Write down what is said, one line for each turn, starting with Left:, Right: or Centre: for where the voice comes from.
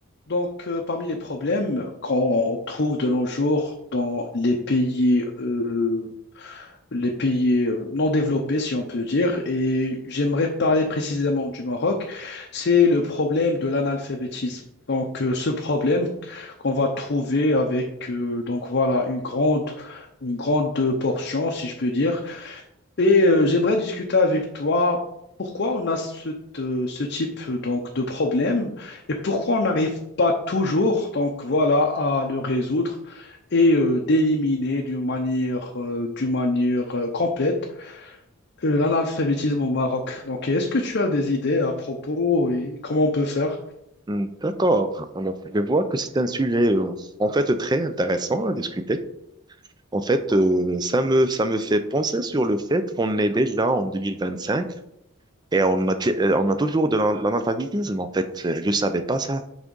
Left: Donc, euh, parmi les problèmes qu'on trouve de nos jours dans les pays, euh, les pays euh, non développés, si on peut dire, et j'aimerais parler précisément du Maroc, c'est le problème de l'analphabétisme. Donc, euh, ce problème qu'on va trouver avec, euh, donc voilà, une grande, une grande portion, si je peux dire. Et euh, j'aimerais discuter avec toi pourquoi on a ce, te- ce type euh, donc de problème et pourquoi on n'arrive pas toujours donc voilà à le résoudre et euh, d'éliminer d'une manière euh, d'une manière euh, complète euh, l'analphabétisme au Maroc. Donc est-ce que tu as des idées à propos et comment on peut faire?
Right: Hmm, D'accord. Alors, je vois que c'est un sujet, euh, en fait, très intéressant à discuter. En fait, euh, ça me, ça me fait penser sur le fait qu'on est déjà en 2025 et on a, dé- euh, on a toujours de l'an- l'analphabétisme, en fait. Euh, Je savais pas ça.